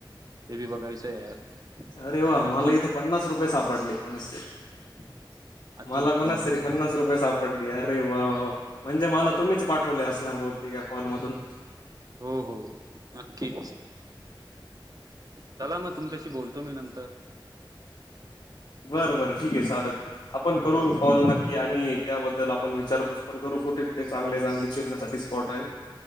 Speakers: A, on the right; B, on the left.
A: ते बी बघायचं यार
B: अरे
A: तुमचं
B: वा
A: नेमकी
B: मला इथे पन्नास रुपये सापडले कोणाचे तरीही
A: अतिउत्तम
B: मला कोणाच तरी पन्नास रुपये सापडली यार अरे वा म्हणजे मला तुम्हीच पाठवले असणार बती कॉलमधून
A: हो हो नक्कीच चला मग तुमच्याशी बोलतो मी नंतर
B: बर बरं ठीक आहे चालत आपण करू
A: हो
B: कॉल नक्की आणि त्याबद्दल आपण विचारपूस पण करू कुठे कुठे चांगले
A: हो
B: चांगले चिरण्यासाठी स्पॉट आहे